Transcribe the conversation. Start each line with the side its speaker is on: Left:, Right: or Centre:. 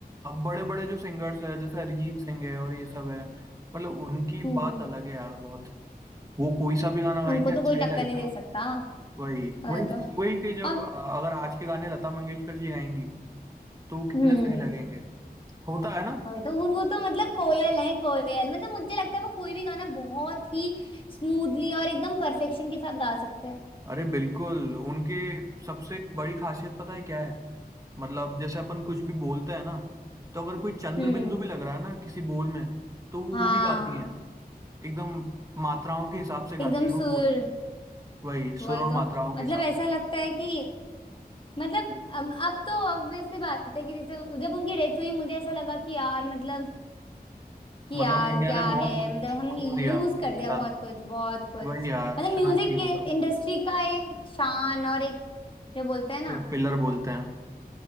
Right: बड़े बड़े जो सिंगर्स हैं जैसे अरिजीत सिंह है और ये सब है मतलब उनकी
Left: हम्म
Right: बात अलग है यार बहुत वो कोई सा भी गाना गाएंगे
Left: उनको तो
Right: अच्छा
Left: कोई टक्कर
Right: ही लगेगा
Left: नहीं दे सकता
Right: वही
Left: वही
Right: वही चीज
Left: तो
Right: वही कि जब
Left: और
Right: अ, अगर आज के गाने लता मंगेशकर जी गाएंगी तो वो कितने
Left: हम्म
Right: सही लगेंगे होता है ना
Left: वही तो वो वो तो मतलब कोयल है कोयल मतलब मुझे लगता है वो कोई भी गाना बहुत ही स्मूथली और एकदम परफेक्शन के साथ गा सकते हैं
Right: अरे बिल्कुल उनके सबसे बड़ी खासियत पता है क्या है मतलब जैसे अपन कुछ भी बोलते हैं ना तो अगर कोई चंद्र
Left: हम्म
Right: बिंदु भी लग रहा है ना किसी बोल में तो वो
Left: हाँ
Right: वो भी गाती हैं एकदम मात्राओं के हिसाब से गाती
Left: एकदम
Right: हैं वो
Left: सुर
Right: पूरा वही
Left: वही
Right: सुर और
Left: तो
Right: मात्राओं
Left: मतलब
Right: के हिसाब
Left: ऐसा
Right: से
Left: लगता है कि मतलब अब अब तो obvious सी बात है कि जैसे जब उनकी डेथ हुई मुझे ऐसा लगा कि यार मतलब कि
Right: मतलब
Left: यार
Right: इंडिया
Left: क्या
Right: ने बहुत
Left: है
Right: कुछ
Left: मतलब हम
Right: खो दिया
Left: लूज कर
Right: एक
Left: दिया
Right: साथ
Left: बहुत कुछ बहुत कुछ
Right: वही यार
Left: मतलब
Right: शान
Left: म्यूजिक
Right: थी वो तो
Left: इंडस्ट्री का एक शान और एक जो बोलते हैं ना
Right: जो पिलर बोलते हैं